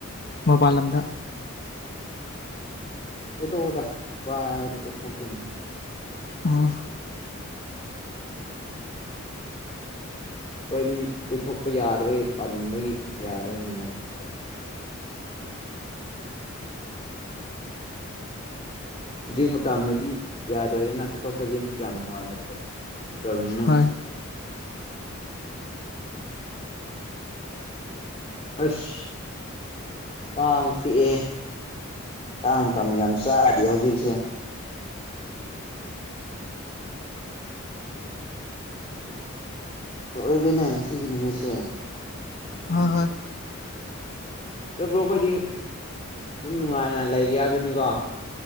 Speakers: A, on the left; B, on the left.
A: ꯃꯄꯜ ꯂꯝꯗꯥ
B: ꯑꯣ ꯀꯣꯏꯊꯣꯛꯑꯣꯗ ꯄꯥꯏꯗꯤ ꯀꯣꯏꯊꯣꯛꯇꯣꯏꯅꯦ
A: ꯑꯣ <inaudible>
B: ꯈꯣꯏꯗꯤ ꯀꯣꯏꯊꯣꯛꯄ ꯌꯥꯗꯕꯒꯤ ꯄꯟꯕꯒꯤ ꯌꯥꯗꯕꯩꯅꯤꯅ ꯍꯨꯖꯤꯛ ꯃꯇꯨꯥꯝꯅꯗꯤ ꯌꯥꯗ꯭ꯔꯦꯗꯅ ꯆꯠꯊꯣꯛ ꯆꯠꯁꯤꯟꯁꯨ ꯀꯌꯥꯝ ꯅꯨꯡꯉꯥꯏ ꯅꯠꯇ꯭ꯔꯦ ꯇꯔꯕꯅꯤꯅ
A: ꯍꯣꯏ
B: ꯑꯁ ꯀꯥꯡ ꯆꯤꯛꯑꯦꯍꯦ ꯃꯇꯥꯡ ꯃꯇꯝ ꯌꯥꯝ ꯆꯥꯗꯦ ꯍꯧꯖꯤꯛꯁꯦ ꯑꯣꯏꯔꯦꯅꯦ ꯉꯁꯤꯒꯤ ꯅꯨꯃꯤꯠꯁꯦ
A: ꯍꯣꯏ ꯍꯣꯏ
B: ꯕ꯭ꯔꯣ ꯑꯩꯈꯣꯏꯗꯤ ꯑꯗꯨꯝ ꯅꯨꯡꯉꯥꯏꯅ ꯂꯩꯔꯤ ꯍꯥꯏꯕꯗꯨꯅꯤꯀꯣ